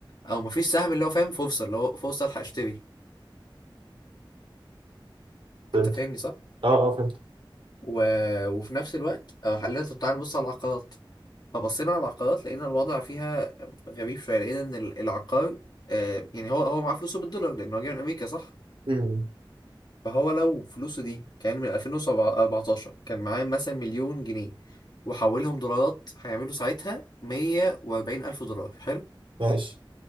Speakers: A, on the left; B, on the right.
A: أو مفيش سهم اللي هو فاهم فرصة اللي هو فرصة ألحق أشتري
B: فهمت
A: أنت فاهمني صح؟
B: اه اه فهمت
A: و... وفي نفس الوقت آه، خلينا طب تعالى نبص على العقارات فبصينا على العقارات لقينا الوضع فيها غريب شوية لقينا إن ال- العقار آه، يعني هو هو معاه فلوسه بالدولار لأن هو جاي من أمريكا صح؟
B: مم.
A: فهو لو فلوسه دي كان من 2014 كان معاه مثلا مليون جنيه وحولهم دولارات هيعملوا ساعتها 140 ألف دولار حلو؟
B: ماشي